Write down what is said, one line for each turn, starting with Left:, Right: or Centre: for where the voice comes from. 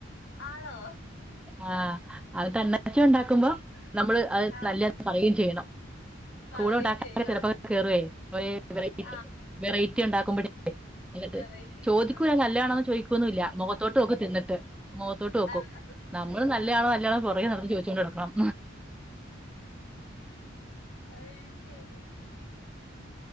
Left: ആണോ
Centre: ആ അത് തന്നാച്ച ഒണ്ടാക്കുമ്പോ നമ്മള് അത്
Left: ആഹ്
Centre: നല്ലയാന്ന് പറയകയും ചെയ്യണം
Left: പറയുകയും
Centre: കൂടെ ഉണ്ടാക്കാനക്കെ
Left: ചെയ്യണം
Centre: ചെലപ്പക്കെ കേറുവേ വെറൈറ്റി
Left: ആഹ്
Centre: വെറൈറ്റി ഇണ്ടാക്കുമ്പോഴേ എന്നട്ട്
Left: വെറൈറ്റി
Centre: ചോദിക്കൂല
Left: ആഹ്
Centre: നല്ലയാണോന്ന് ചോദിക്കൊന്നുയില്ല മൊഖ ത്തോട്ട് നോക്കും തിന്നിട്ട് മൊഖത്തോട്ട് നോക്കും
Left: ആഹ്
Centre: നമ്മള് നല്ലയാണോ
Left: ആഹ്
Centre: നല്ലയാണോ പോറേ നടന്ന് ചോദിച്ചോണ്ട് നടക്കണം
Left: അയ്ശരി